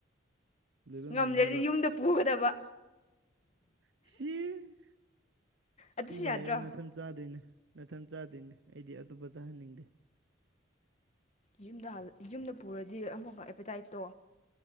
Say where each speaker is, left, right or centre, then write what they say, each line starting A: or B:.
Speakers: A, on the right (about 65°); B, on the left (about 35°).
A: ꯂꯣꯏꯕ
B: ꯉꯝꯗ꯭ꯔꯗꯤ
A: ꯉꯝꯃꯣꯏꯕ
B: ꯌꯨꯝꯗ ꯄꯨꯒꯗꯕ
A: ꯁꯤꯁ
B: ꯑꯗꯨꯁꯨ
A: ꯎꯕꯥ
B: ꯌꯥꯗ꯭ꯔꯣ
A: ꯌꯥꯏ ꯅꯥꯊꯟꯆꯥꯗꯣꯏꯅꯦ ꯅꯥꯊꯟ ꯆꯥꯗꯣꯏꯅꯦ ꯑꯩꯗꯤ ꯑꯇꯣꯞꯄ ꯆꯥꯍꯟꯅꯤꯡꯗꯦ
B: ꯌꯨꯝꯗ ꯌꯨꯝꯗ ꯄꯨꯔꯗꯤ ꯑꯃꯨꯕ ꯑꯦꯄꯦꯇꯥꯏꯠꯇꯣ